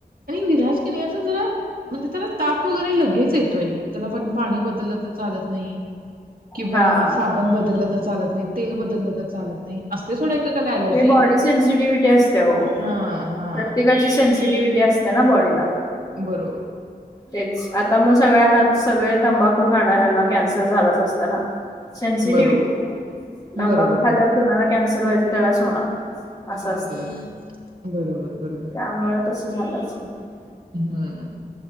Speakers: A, on the right; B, on the left.
A: आणि विराज कणी असं जरा म्हणजे त्याला ताप वगैरे लगेच येतोय त्याला पण पाणी बदल... ज चालत नाही किंवा....
B: हा.
A: साबण बदला तर चालत नाही तेल बदललं तर चालत नाही असतंय सोडा. एकेकाला अलर्जी
B: ते बॉडी सेन्सिटिव्हटी असते आओ
A: हा हा
B: प्रत्येकाची सेन्सिटिव्हटी... ते असते ना बॉडीला
A: बरोबर
B: तेच आता मग सगळ्यांना सगळे तंबाखू खाणाऱ्यांना कॅन्सर झालाच असत ना? सेन्सिटिव्हटी
A: बरोबर
B: तंबाखू
A: बरोबर
B: खाल्ल्यावर
A: बरोबर
B: कोणाला कॅन्सर व्हायच त्यालाच होणार असं असत,
A: बरोबर बरोबर बरोबर
B: त्यामुळे तस झालं. <unintelligible>
A: हम्म.